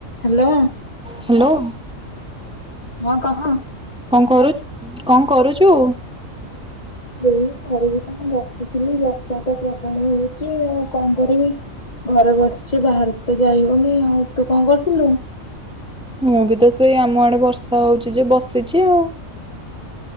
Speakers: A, on the left; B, in the centre.
A: ହାଲୋ।
B: ହାଲୋ।
A: ହଁ କହ।
B: କଣ କରୁ କଣ କରୁଛୁ?
A: ଏଇ କରିବି କଣ ବସିଥିଲି। ବର୍ଷା ତ ପ୍ରବଳ ହଉଛି। ଆଉ କଣ କରିବି। ଘରେ ବସିଛି ବାହାରକୁ ତ ଯାଇ ହଉନି ଆଉ। ତୁ କଣ କରୁଥିଲୁ?
B: ମୁଁ ବି ତ ସେଇ ଆମ ଆଡେ ବର୍ଷା ହଉଛି ଯେ ବସିଛି ଆଉ।